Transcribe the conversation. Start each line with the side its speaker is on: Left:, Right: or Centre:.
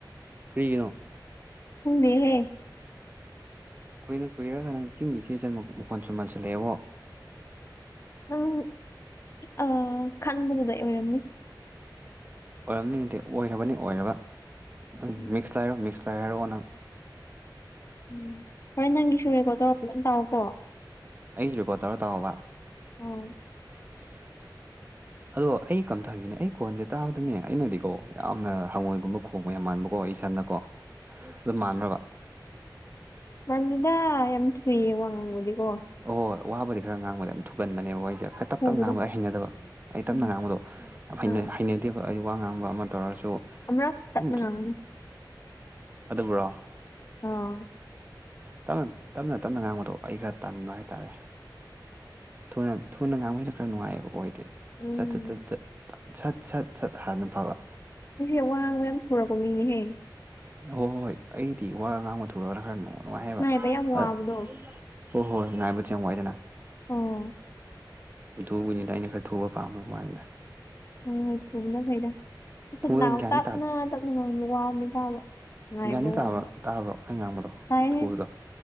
Right: ꯀ꯭ꯔꯤꯒꯤꯅꯣ
Left: ꯈꯪꯗꯦꯍꯦ
Right: ꯀꯨꯏꯔ ꯀꯨꯏꯔꯒ ꯅꯪ ꯆꯤꯡꯒꯤ ꯏꯆꯦ ꯏꯆꯟ ꯃꯈꯣꯟ ꯃꯥꯟ ꯁꯨꯝ ꯃꯟꯁꯜꯂꯛꯑꯦꯕꯣ
Left: ꯅꯪ ꯑꯥ ꯈꯟꯕꯗꯨꯗꯩ ꯑꯣꯏꯔꯝꯅꯤ
Right: ꯑꯣꯏꯔꯝꯅꯤꯗꯤ ꯑꯣꯏꯔꯕꯅꯤ ꯑꯣꯏꯔꯕ ꯅꯪ
Left: ꯎꯝ
Right: ꯃꯤꯛꯁꯂ ꯍꯥꯏꯔꯣ ꯃꯤꯛꯁ ꯇ ꯍꯥꯏꯔꯑꯣ ꯅꯪ
Left: ꯎꯝ ꯍꯣꯔꯦꯟ ꯅꯪꯒꯤ ꯁꯨꯔꯦꯀꯣ ꯇꯧꯔꯛꯄꯗꯣ ꯎꯨꯝ ꯇꯥꯑꯣꯀꯣ
Right: ꯑꯩꯒꯤ ꯔꯦꯀꯣꯔꯗ ꯇꯧꯔ ꯇꯥꯎꯑꯣꯕ
Left: ꯑꯥ
Right: <inaudible>
Left: <inaudible>
Right: ꯑꯗꯣ ꯑꯩ ꯀꯝꯇ ꯍꯪꯒꯦꯅꯦ ꯑꯩ ꯀꯣꯟꯖꯦ ꯇꯥꯕꯗꯅꯦ ꯑꯩꯅꯗꯤꯀꯣ ꯌꯥꯝꯅ ꯍꯉꯣꯏꯒꯨꯝꯕ ꯈꯣꯡꯕ ꯌꯥꯝ ꯃꯥꯟꯕ ꯑꯣ ꯏꯁꯟꯅꯀꯣ ꯑꯗꯨꯝ ꯃꯥꯟꯕ꯭ꯔꯕ
Left: ꯃꯥꯟꯗꯦꯗꯥ ꯌꯥꯝ ꯊꯨꯏꯌꯦ ꯋꯥ ꯉꯥꯡꯕꯗꯤꯀꯣ
Right: ꯑꯣ ꯋꯥꯕꯨꯗꯤ ꯈꯔ ꯉꯥꯡꯕꯗ ꯌꯥꯝ ꯊꯨꯒꯟꯕꯅꯦꯕꯀꯣ ꯑꯩꯖꯦ ꯑ ꯇꯞ
Left: ꯊꯨꯕꯗꯣ
Right: ꯇꯞ ꯉꯥꯡꯕꯗꯣ ꯑꯩ ꯍꯩꯅꯗꯕ ꯑꯩ ꯇꯞꯅ
Left: ꯎꯝ
Right: ꯉꯥꯡꯕꯗꯣ ꯌꯥꯝ ꯍꯩꯅ
Left: ꯑꯥ
Right: ꯍꯩꯅ ꯇꯦꯕ ꯑꯩ ꯋꯥ ꯉꯥꯡꯕ ꯑꯃ ꯇꯧꯔꯁꯨ
Left: ꯑꯃꯔꯛ ꯇꯞꯅ
Right: ꯑꯗꯨꯝ
Left: ꯉꯥꯡꯉꯨꯅꯦ
Right: ꯑꯗꯨꯕꯨꯔꯣ
Left: ꯑꯥ
Right: ꯇꯞꯅ ꯇꯞꯅ ꯇꯞꯅ ꯉꯥꯡꯕꯗꯣ ꯑꯩ ꯈꯔ ꯇꯟꯕ ꯍꯥꯏꯇꯥꯔꯦ ꯊꯨꯅ ꯊꯨꯅ ꯉꯥꯡꯕꯁꯤꯅ ꯈꯔ ꯅꯨꯡꯉꯥꯏꯌꯦꯕꯀꯣ ꯑꯩꯗꯤ
Left: ꯎꯝ
Right: ꯆꯠ ꯆꯠ ꯆꯠ ꯇꯠ ꯁꯠ ꯁꯠ ꯁꯠ ꯍꯥꯟꯅ ꯐꯕ
Left: ꯑꯩꯁꯦ ꯋꯥ ꯉꯥꯡꯕ ꯌꯥꯝ ꯊꯨꯔꯛꯄ ꯃꯤꯅꯤꯍꯦ
Right: ꯍꯣ ꯍꯣꯏ ꯑꯩꯗꯤ ꯋꯥ ꯉꯥꯡꯕ ꯊꯨꯔꯒꯅ ꯈꯔ ꯅꯨꯡꯉꯥꯏꯑꯦꯕ
Left: ꯉꯥꯏꯕ ꯌꯥꯝ ꯋꯥꯕꯗꯣ
Right: ꯑ ꯍꯣ ꯍꯣꯏ ꯉꯥꯏꯕꯗꯤ ꯌꯥꯝ ꯋꯥꯏꯗꯅꯥ
Left: ꯑꯣ
Right: ꯗꯨꯕꯅꯤꯗ ꯑꯩꯅ ꯈꯔ ꯊꯨꯕ ꯄꯥꯝꯕꯩ ꯋꯥꯅꯤꯗꯥ
Left: ꯍꯣ ꯍꯣꯏ ꯊꯨꯕꯅ ꯐꯩꯗ <unintelligible>
Right: ꯊꯨꯕꯗ ꯒ꯭ꯌꯥꯟꯗꯤ
Left: ꯇꯞꯅ ꯇꯞꯅ ꯉꯥꯡꯕ ꯋꯥꯕꯅꯦ ꯇꯥꯕ ꯉꯥꯏꯕ
Right: ꯒ꯭ꯌꯥꯟꯗꯤ ꯇꯥꯕ꯭ꯔꯣ
Left: ꯋꯥꯕ
Right: ꯇꯥꯕ꯭ꯔꯣ ꯑꯩ ꯉꯥꯡꯕꯗꯣ
Left: ꯇꯥꯏꯍꯦ
Right: ꯊꯨꯕꯗꯣ